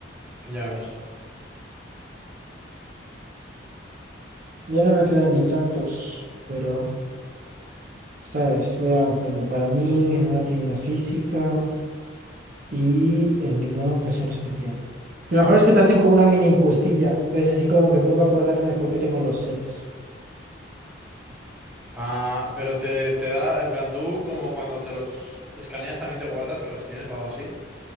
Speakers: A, in the centre; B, on the right (about 45°).
A: ya ves.
B: Ya no me quedan ni tantos, pero, ¿sabes? Voy avanzando. Para mí, en una tienda física. y en ninguna ocasión especial. Lo mejor es que te hacen como una mini encuestilla, entonces así como que puedo acordarme por qué tengo los sets.
A: Ah, pero te, te da, en plan, tú como cuando te los escaneas también te guardas que los tienes o algo así.